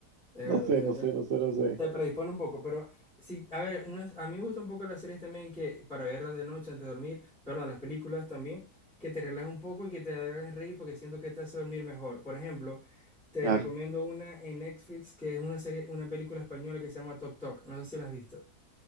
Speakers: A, in the centre; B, on the right.
A: verdad,
B: No sé, no sé, no sé, no sé.
A: Te predispone un poco, pero sí, a ver, unas- a mí me gusta un poco las series también que para verlas de noche antes de dormir, perdón, las películas también, que te relajes un poco y que te hagan reír porque siento que te hace dormir mejor. Por ejemplo, te
B: Claro.
A: recomiendo una en Netflix que es una serie, una película española que se llama Tok Tok, no sé si la has visto.